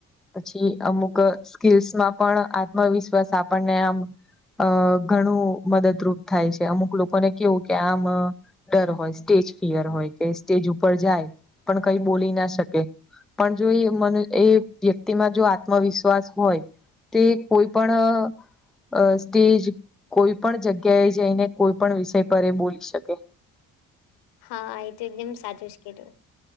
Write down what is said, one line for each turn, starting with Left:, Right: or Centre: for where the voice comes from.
Centre: પછી અમુક સ્કીલ્સમાં પણ આત્મવિશ્વાસ આપણને આમ અ ઘણું મદદરૂપ થાય છે અમુક લોકોને કેવું કે આમ ડર હોય સ્ટેજ ફિયર હોય કે સ્ટેજ ઉપર જાય પણ કઈ બોલી ના શકે. પણ જો એ મને એ વ્યક્તિમાં જો આત્મવિશ્વાસ હોય. તે કોઈ પણ અ સ્ટેજ કોઈ પણ જગ્યાએ જઈને કોઈ પણ વિષય પર એ બોલી શકે.
Left: હા એ તો એકદમ સાચું જ કધું